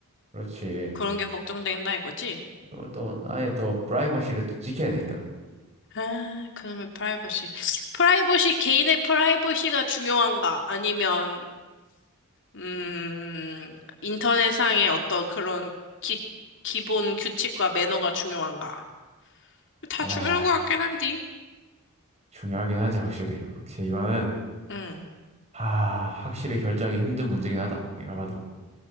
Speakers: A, on the right; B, on the left.
A: 그렇지.
B: 그런 게 걱정된다 이거지?
A: 이것도 아예 또 프라이버시를 또 지켜야 되니까.
B: 아, 그놈의 프라이버시. 프라이버시, 개인의 프라이버시가 중요한가? 아니면, 음, 인터넷상의 어떤 그런 기, 기본 규칙과 매너가 중요한가? 다
A: 아,
B: 중요한 것 같긴 한디.
A: 중요하긴 하지, 확실히. 오케이, 이거는,
B: 응,
A: 아, 확실히 결정하기 힘든 문제긴 하다. 내가 봐도.